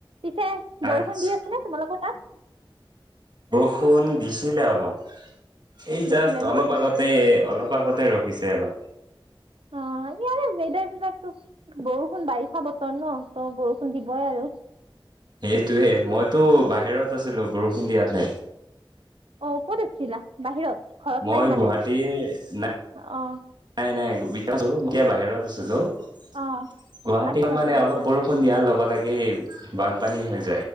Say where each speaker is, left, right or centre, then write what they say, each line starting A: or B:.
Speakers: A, on the right; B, on the right.
A: পিছে
B: আচ্ছা
A: বৰষুণ দি আছে নে তোমালোকৰ তাত।
B: বৰষুন দিছিলে অলপ। এই
A: দিছিলে
B: জাষ্ট
A: ন
B: অলপ আগতে অলপ। অলপ আগতে ৰখিছে অলপ।
A: অ' ইয়াৰে ওৱেডাৰ বিলাকতো বৰষুণ বাৰিষা বতৰ নহ ত বৰষুণ দিবই আৰু।
B: সেইটোৱে মইতো বাহিৰত আছিলো বৰষুণ দিয়াতে।
A: অ ক'ত আছিলা বাহিৰত। ঘৰত
B: মই
A: নাই মানে
B: গুৱাহাটীৰ নাই
A: অ'
B: নাই নাই। <unintelligible> তেতিয়া বাহিৰত আছিলো। <inaudible>
A: অ'
B: গুৱাহাটী
A: আচ্ছা
B: খন
A: আচ্ছা
B: মানে
A: আচ্ছা
B: অলপ বৰষুণ দিয়াৰ লগে লগে। সেই বানপানী হয়।